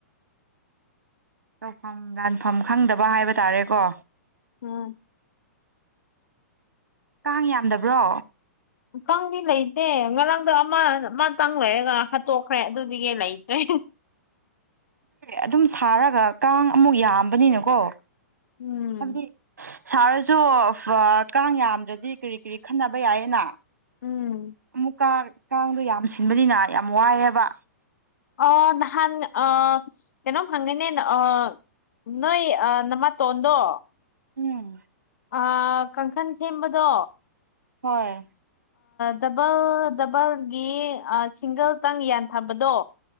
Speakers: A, on the right; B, on the left.
A: ꯇꯧꯐꯝ ꯂꯥꯟꯐꯝ ꯈꯪꯗꯕ ꯍꯥꯏꯕ ꯇꯥꯔꯦꯀꯣ
B: ꯎꯝ
A: ꯀꯥꯡ ꯌꯥꯝꯗꯕ꯭ꯔꯣ
B: ꯈꯪꯗꯤ ꯂꯩꯇꯦ ꯉꯔꯥꯡꯗꯣ ꯑꯃ ꯑꯃꯇꯪ ꯂꯩꯔꯒ ꯍꯥꯠꯇꯣꯛꯈ꯭ꯔꯦ ꯑꯗꯨꯗꯤꯒ ꯂꯩꯇ꯭ꯔꯦ
A: ꯍꯣꯏ ꯑꯗꯨꯝ ꯁꯥꯔꯒ ꯀꯥꯡ ꯑꯃꯨꯛ ꯌꯥꯝꯕꯅꯤꯅꯀꯣ
B: ꯎꯝ
A: ꯍꯥꯏꯕꯗꯤ ꯁꯥꯔꯁꯨ ꯀꯥꯡ ꯌꯥꯝꯗ꯭ꯔꯗꯤ ꯀꯔꯤ ꯀꯔꯤ ꯈꯟꯅꯕ ꯌꯥꯏꯌꯦꯅ
B: ꯎꯝ
A: ꯑꯃꯨꯛꯀ ꯀꯥꯡꯗꯣ ꯌꯥꯝ ꯁꯤꯟꯕꯅꯤꯅ ꯌꯥꯝ ꯋꯥꯏꯑꯦꯕ
B: ꯑꯥ ꯅꯍꯥꯟ ꯑꯥ ꯀꯩꯅꯣꯝ ꯍꯪꯒꯦꯅꯦ ꯑꯥ ꯅꯣꯏ ꯑꯥ ꯅꯃ ꯇꯣꯟꯗꯣ
A: ꯎꯝ
B: ꯑ ꯀꯥꯡꯈꯟ ꯁꯦꯝꯕꯗꯣ
A: ꯍꯣꯏ
B: ꯗꯕꯜ ꯗꯕꯜꯒꯤ ꯁꯤꯡꯒꯜꯇꯪ ꯌꯥꯟꯊꯕꯗꯣ